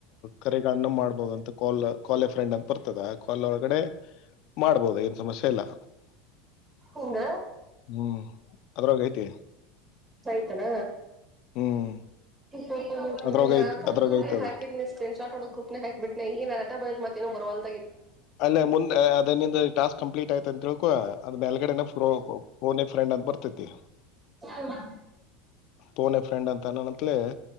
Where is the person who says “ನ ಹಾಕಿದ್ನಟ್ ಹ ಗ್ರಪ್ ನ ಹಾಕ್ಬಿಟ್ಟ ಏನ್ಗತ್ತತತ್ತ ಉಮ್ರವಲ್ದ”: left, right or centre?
Right